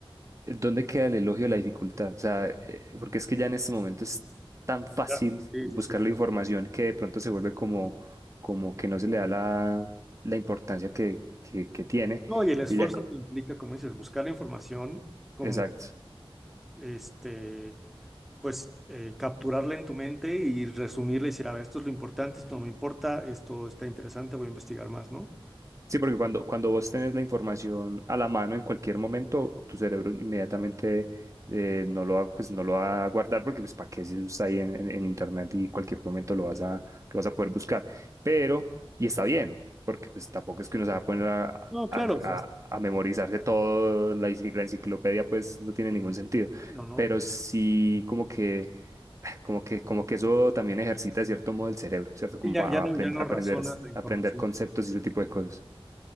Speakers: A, on the right; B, in the centre.
A: ¿Dónde queda el elogio de la dificultad? O sea, eh, porque es que ya en este momento es tan fácil
B: Claro, sí,
A: buscar
B: sí, sí.
A: la información que de pronto se vuelve como, como que no se le da la, la importancia que, que, que tiene.
B: No, y el esfuerzo
A: Y ya,
B: que implica, como dices, buscar la información, como
A: exacto.
B: este, pues eh, capturarla en tu mente y resumirla y decir, a ver, esto es lo importante, esto no me importa, esto está interesante, voy a investigar más, ¿no?
A: Sí, porque cuando, cuando vos tenés la información a la mano en cualquier momento, tu cerebro inmediatamente eh, no lo va, pues no lo va a guardar porque pues para qué si eso está ahí en, en- en internet y en cualquier momento lo vas a, lo vas a poder buscar. Pero, y está bien, porque pues tampoco es que uno se va a poner a, a,
B: No, claro,
A: a-
B: o sea, Sí,
A: a memorizarse todo, la, enci- la enciclopedia pues no tiene ningún sentido.
B: No, no.
A: Pero sí como que como que, como que eso también ejercita de cierto modo el cerebro, ¿cierto? Como
B: Y ya,
A: a-
B: ya no,
A: a aprend-
B: ya no
A: aprender,
B: razonas la información.
A: aprender conceptos
B: como-
A: y ese tipo de cosas.